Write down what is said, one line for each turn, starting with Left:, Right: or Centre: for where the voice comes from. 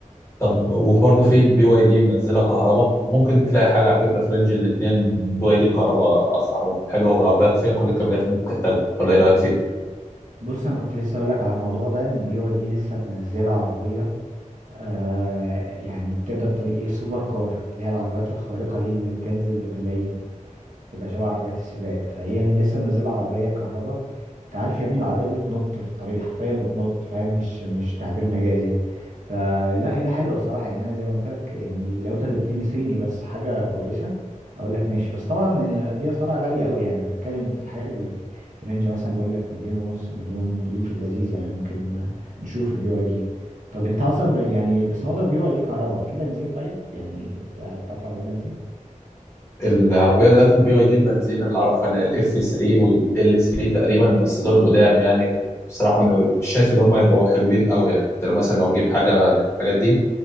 Left: طب وبرضه في البي واي دي منزله كهرباء ممكن تلاقي حاجه على فكره في رينج الاثنين من بي واي دي كهرباء اسعارهم حلوه والعربيات فيها كل الكماليات اللي ممكن تحتاجها ولا ايه رايك فيها؟
Right: بص انا كنت لسه اقول لك على الموضوع ده ان بي واي دي لسه منزله عربيه آه يعني تقدر تقول ايه سوبر كار اللي هي العربيات الخارقه دي اللي بتنزل بملايين بتبقى شبه عربيات السباق فهي لسه منزله عربيه كهرباء انت عارف يا ابني العربيه دي بتنط في الطريق حرفيا بتنط فاهم مش مش تعبير مجازي فلا هي حلوه الصراحه يعني انا زي ما قلت لك يعني لو انت تديني صيني بس حاجه كويسه اقول لك ماشي بس طبعا دي اسعارها غاليه قوي يعني أنا بتكلم في الحاجات اللي في في رينج مثلا بقول لك مليون ونص مليون دي في اللذيذ يعني ممكن نشوف البي واي دي طب انت اصلا ب- يعني بس معظم البي واي دي كهرباء في بنزين طيب يعني تع- تعرف عربيه بنزين
Left: العربية دلوقتي البي واي دي البنزين اللي أعرفها اللي هي الإف 3 والإل 3 تقريبا بس دول قدام يعني بصراحة مش شايف إن هم يبقوا حلوين قوي يعني أنت لو مثلا لو تجيب حاجة من الحاجات دي